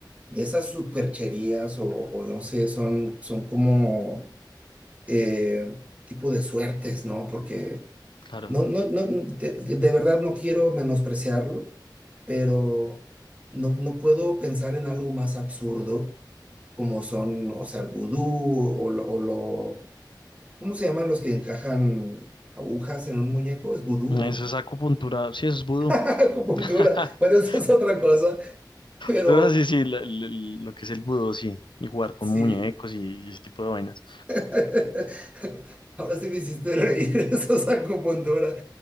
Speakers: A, on the right; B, on the left.
A: de esas supercherías o, o no sé, son, son como eh, tipo de suertes, ¿no? Porque
B: claro.
A: no, no, no, de, de verdad no quiero menospreciarlo, pero no, no puedo pensar en algo más absurdo como son, o sea, el vudú o lo, o lo- ¿cómo se llaman los que encajan agujas en un muñeco? Es vudú,
B: Eso
A: ¿no?
B: es acupuntura, sí, eso es vudú.
A: <laughs> Acupuntura.
B: <laughs>
A: Bueno, eso es otra cosa, pero
B: Pero no, sí, sí, lo, lo- lo que es el vudú, sí, y jugar con
A: sí.
B: muñecos y, y ese tipo de vainas.
A: <laughs> Ahora sí me hiciste reír, <laughs> eso es acupuntura.